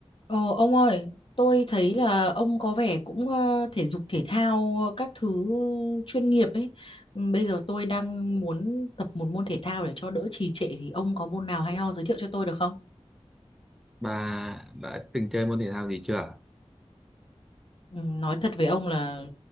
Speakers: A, on the left; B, in the centre.
A: Ờ, ông ơi, tôi thấy là ông có vẻ cũng ờ, thể dục thể thao các thứ chuyên nghiệp ấy. Ừ, Bây giờ tôi đang muốn tập một môn thể thao để cho đỡ trì trệ thì ông có môn nào hay ho giới thiệu cho tôi được không?
B: Bà đã từng chơi môn thể thao gì chưa?
A: Ừ, Nói thật với ông là